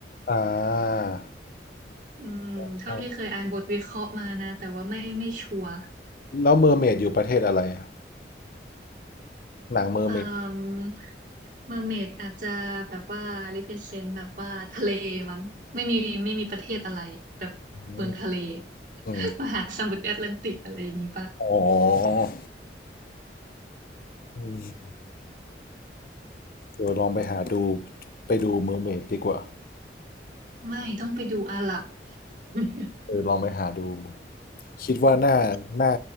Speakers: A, on the left; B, on the right.
A: อ่า
B: อืมเท่าที่เคยอ่านบทวิเคราะห์มานะแต่ว่าไม่ไม่ชัวร์
A: ใช่แล้วเมอร์เมดอยู่ประเทศอะไรอะหนังเมอร์เมด
B: เอ่อเมอร์เมดอาจจะแบบว่า represent แบบว่าทะเลมั้งไม่มีไม่มีประเทศอะไรแบบเมืองทะเล
A: อืม
B: <laughs>
A: อืม
B: มหาสมุทรแอตแลนติกอะไรอย่างนี้ปะ
A: อ๋ออืมเดี๋ยวลองไปหาดูไปดูเมอร์เมดดีกว่า
B: ไม่ต้องไปดูอาหรับ <laughs>
A: เออลองไปหาดูคิดว่าน่าน่า